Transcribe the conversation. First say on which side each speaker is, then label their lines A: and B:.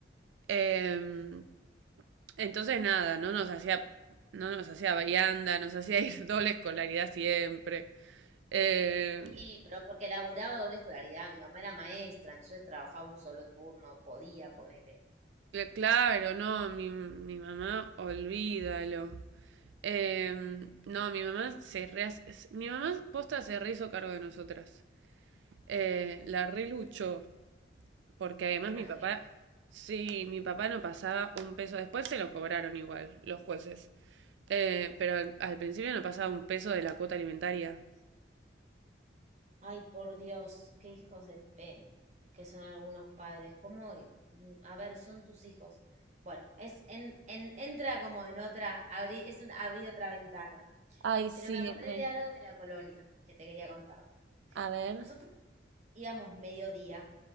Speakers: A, on the right; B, on the right.
A: Em, Entonces nada, no nos hacía, no nos hacía vianda, nos hacía ir <laughs> doble escolaridad siempre. Eh,
B: Y pero porque laburaba doble escolaridad, mi mamá era maestra, entonces trabajaba un solo turno, podía ponerle
A: claro, no, mi, mi mamá, olvídalo. Eh, no, mi mamá se re, mi mamá posta se re hizo cargo de nosotras. Eh, la reluchó, porque además
B: una
A: mi papá,
B: genia.
A: sí, mi papá no pasaba un peso, después se lo cobraron igual los jueces, Eh, pero al, al principio no pasaba un peso de la cuota alimentaria.
B: Ay, por Dios, qué hijos de P que son algunos padres. ¿Cómo? Mm, A ver, son tus hijos. Bueno, es en, en- entra como en otra, abrir, es un abrir otra ventana.
A: Ay, sí,
B: Pero me acordé
A: re.
B: de algo de la colonia que te quería contar.
A: A ver.
B: Nosotros íbamos mediodía